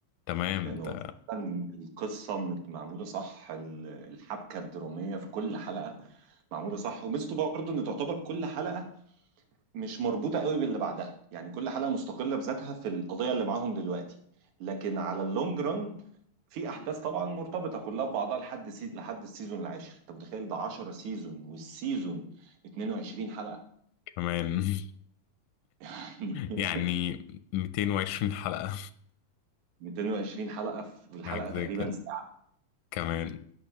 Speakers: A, on the left (about 85°); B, on the right (about 70°).
A: تمام
B: لأنه
A: ده
B: فعلا القصة مت- معمولة صح ال- الحبكة الدرامية في كل حلقة معمولة صح وميزته برضه إن تعتبر كل حلقة مش مربوطة قوي باللي بعدها يعني كل حلقة مستقلة بذاتها في القضية اللي معاهم دلوقتي لكن على اللونج ران في أحداث طبعا مرتبطة كلها ببعضها لحد سي... لحد السيزون العاشر أنت متخيل ده 10 سيزون والسيزون 22 حلقة
A: كمان <laughs>
B: <laughs>
A: يعني 220 حلقة
B: 220 حلقة في الحلقة
A: حاجة زي
B: تقريبا
A: كده
B: ساعه.
A: كمان